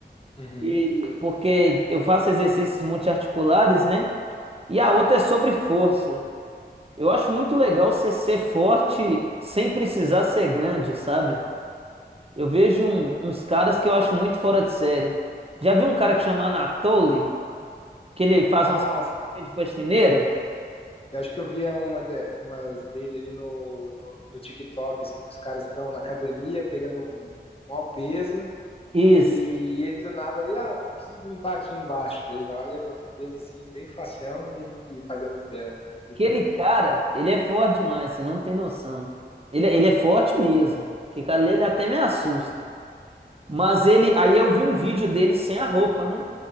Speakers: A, on the left (about 35°); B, on the right (about 35°).
A: Uhum.
B: E porque eu faço exercícios multiarticulares, né? E a outra é sobre força. Eu acho muito legal você ser forte sem precisar ser grande, sabe? Eu vejo um- uns caras que eu acho muito fora de série. Já vi um cara que chama Anatoly, que ele faz
A: Ah,
B: umas coisas de faxineiro?
A: eu acho que eu via uma de- umas dele ali no, no, no TikTok, assim, que os caras estão na academia pegando maior peso
B: Isso.
A: e, e ele do nada ali, ah, preciso limpar aqui embaixo. Daí vai lá, levanta o peso assim, bem facião e, e faz a limpeza, limpeza.
B: Aquele cara, ele é forte demais, você não tem noção. Ele, é, ele é forte mesmo. Que cara, ele até me assusta. Mas ele, aí eu vi um vídeo dele sem a roupa, né?